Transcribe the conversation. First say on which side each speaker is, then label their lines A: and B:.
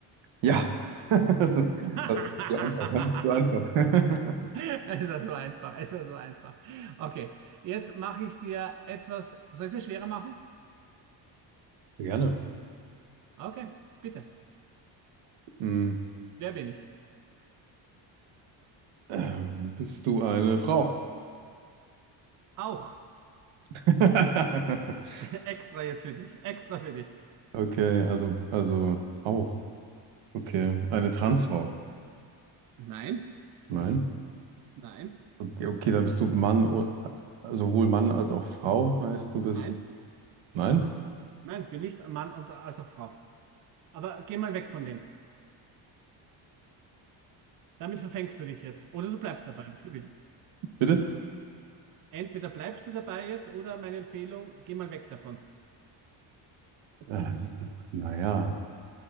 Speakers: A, on the right (about 85°); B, on the right (about 45°).
A: ja. <laughs> Das ist
B: <laughs>
A: das ist zu einfach, ne? Zu einfach.
B: Es ist ja so einfach, es ist ja so einfach. Okay, jetzt mache ich es dir etwas. Soll ich es dir schwerer machen?
A: <laughs> Gerne.
B: Okay, bitte.
A: Hm,
B: Wer bin ich?
A: ähm, bist du eine Frau?
B: Auch.
A: <laughs>
B: <laughs> Extra jetzt für dich. Extra für dich.
A: Okay, also, also auch. Okay, eine Transfrau?
B: Nein,
A: Nein.
B: nein,
A: Okay, okay, dann bist du Mann, o- sowohl Mann als auch Frau, heißt du bist.
B: nein.
A: Nein?
B: Nein, ich bin nicht Mann und als auch Frau. Aber geh mal weg von dem. Damit verfängst du dich jetzt. Oder du bleibst dabei, wie du willst.
A: Bitte?
B: Entweder bleibst du dabei jetzt oder meine Empfehlung, geh mal weg davon.
A: Äh, naja.